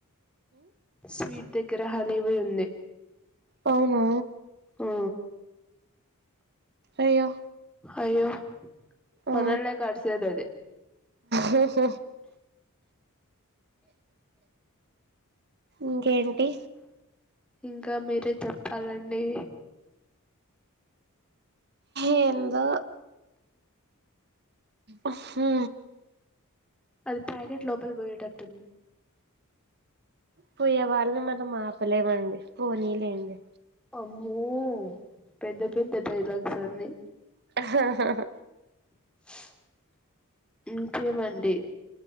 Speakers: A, in the centre; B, on the right.
A: స్వీట్ దగ్గర హానిబి ఉంది
B: అవునా
A: ఆ
B: అయ్యో
A: అయ్యో
B: ఆ
A: మనల్నే కరిసేది అది
B: బ్లాంక్ ఇంకేంటి
A: ఇంకా మీరే చెప్పాలండి
B: ఏందొ ఉహు
A: అది ప్యాకెట్ లోపల పోయేటట్టుంది
B: పోయే వాళ్ళని మనం ఆపలేమండి పోనీలేండి
A: అమ్మో పెద్ద పెద్ద డైలాగ్స్ అన్ని
B: బ్లాంక్
A: బ్లాంక్ ఇంకేమండి